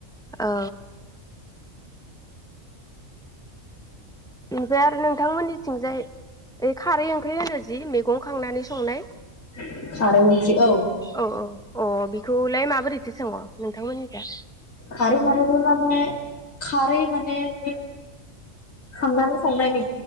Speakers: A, in the centre; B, on the left (about 85°).
A: औ बेनिफ्राय आरो नोंथांमोननिथिंजाय खारै ओंख्रि होनो जि मैगं खांनानै संनाय
B: <unintelligible>
A: औ अ बेखौलाय माबोरैथि सङो नोंथांमोननिजा?
B: खारै माने बे माने खारै माने बे संनानै <unintelligible> <unintelligible> होयो